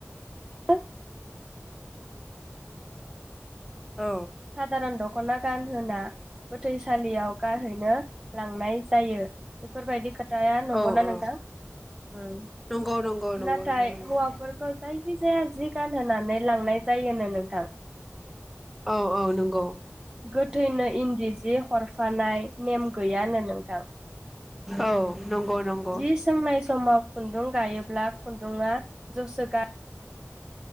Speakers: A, on the right; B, in the centre.
A: <unintelligible> औ
B: औ
A: साधारन दग दखना गानहोना गोथैसालियाव गारहैनो लांनाय जायो बेफोरबायदि खोथा खोथाया नंगौना
B: औ
A: नोंथां
B: औ
A: ओम
B: नंगौ नंगौ नंगौ
A: नाथाय
B: नोंथां नंगौ
A: हौवाफोरखौ जाय थाया जि गानहोनानै लांनाय जायोनो नोंथां
B: औ औ नंगौ
A: गोथैनो इन्दि जि हरफानाय नेम गैयानो नोंथां
B: औ नंगौ नंगौ
A: जि सोंनाय समाव खुन्दुं गायोब्ला खुन्दुङआ जसो गा